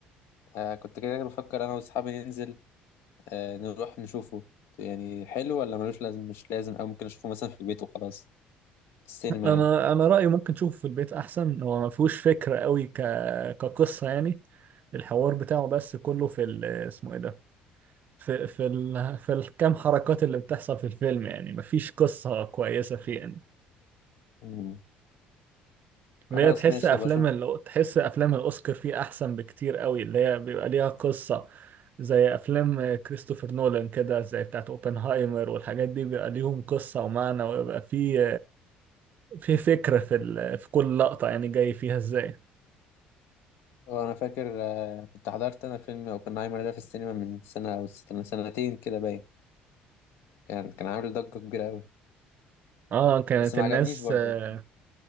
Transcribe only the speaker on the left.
آه، كنت كده بفكر انا واصحابي ننزل آه نروح نشوفه يعني حلو ولا ملوش لازم مش لازم او ممكن اشوفه مثلا في البيت وخلاص في السينما
يعني
مم. خلاص
ماشي
ابقى اشوف
هو انا فاكر آه، كنت حضرت انا فيلم اوبنهايمر ده في السينما من سنة او سنة- سنتين كده باين كان كان عامل ضجة كبيرة أوي
بس ما
عجبنيش برضه
يعني